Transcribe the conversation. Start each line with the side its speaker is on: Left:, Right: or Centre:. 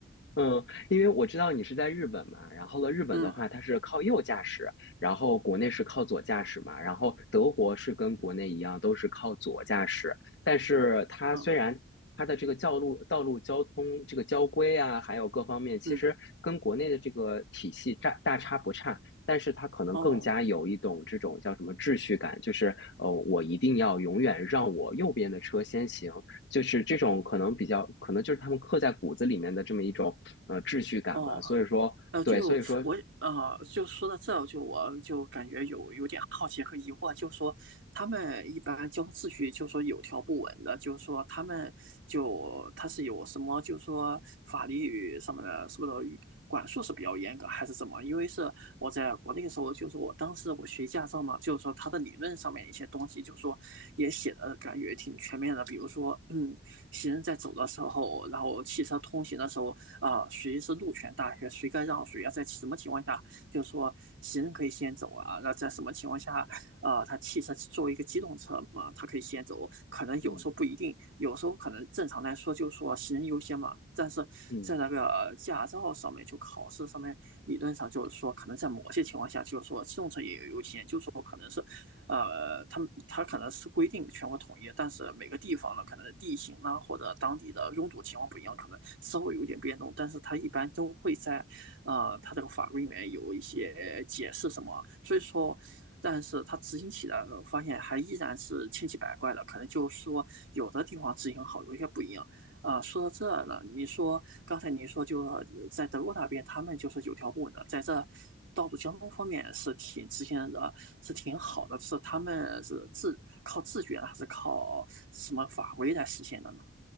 Left: 嗯，因为我知道你是在日本嘛，然后呢，日本的话它是靠右驾驶，
Right: <laughs> 嗯
Left: 然后国内是靠左驾驶嘛，然后德国是跟国内一样都是靠左驾驶，
Right: 嗯
Left: 但是它虽然它的这个道路道路交通这个交规啊，
Right: 嗯
Left: 还有各方面，其实跟国内的这个体系大大差不差，
Right: 嗯，
Left: 但是它可能更加有一种这种叫什么秩序感，
Right: 哦
Left: 就是呃，我一定要永远让我右边的车先行。就是这种可能比较，可能就是他们刻在骨子里面的这么一种呃秩序感吧。
Right: 哦
Left: 所以说，
Right: 呃，就我呃，
Left: 对，所以说，
Right: 就说到这儿就我就感觉有有点好奇和疑惑，就说他们一般交通秩序，就说有条不紊的，就是说他们就他是有什么，就是说法律什么的，是不是管束是比较严格，还是怎么？因为是我在国内的时候，就是我当时我学驾照嘛，就是说他的理论上面一些东西，就是说也写的感觉挺全面的，比如说嗯，行人在走的时候，然后汽车通行的时候。啊，谁是路权大学，谁该让谁啊，在什么情况下，就是说行人可以先走啊，那在什么情况下，啊，他汽车作为一个机动车嘛，它可以先走，可能有时候不一定，
Left: 嗯
Right: 有时候可能正常来说就是说行人优先嘛，但是在那个驾照上面就考试上面理论上就是说，
Left: 嗯。
Right: 可能在某些情况下就是说机动车也有优先，就是说可能是呃，它它可能是规定全国统一，但是每个地方呢，可能地形呢或者当地的拥堵情况不一样，可能稍微有点变动，但是它一般都会在，呃，它这个法规里面有一些解释什么，所以说。但是它执行起来，呃发现还依然是千奇百怪的，可能就是说有的地方执行好，有些不一样。啊，说到这呢，你说刚才你说就呃在德国那边，他们就是有条不紊的，在这道路交通方面是挺之前的，是挺好的，是他们是自靠自觉呢，还是靠什么法规来实现的呢？